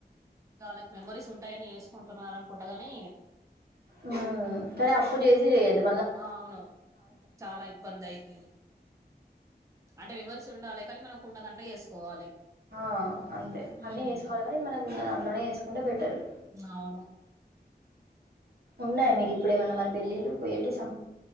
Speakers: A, on the right; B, on the right.
A: వాళ్ళకి మెమరీస్ ఉ టాయని చేసుకుంటున్న అనుకుంటగాని
B: ఉమ్ కానీ అప్పు చేసి చెయ్యద్దు
A: అవును చాలా ఇబ్బంది అయితాది అంటే వివర్ ఉండాలి కానీ మనం ఉన్న దంట్లో చేసుకోవాలి
B: ఆ అంతే.
A: ఉమ్
B: అన్నీ వేసుకోవాలి కానీ, మనకు ఉన్న దాంట్లోనే వేసుకుంటే బెటరు.
A: అవును
B: ఉన్నాయా మీకు? ఇప్పుడు ఏమైన్నా మరి, పెళ్లిలూ పోయేటిస.